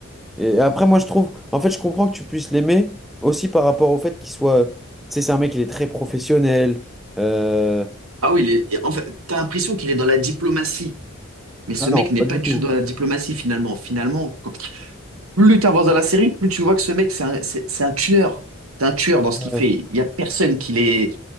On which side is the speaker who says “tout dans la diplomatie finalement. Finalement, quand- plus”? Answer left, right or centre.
Right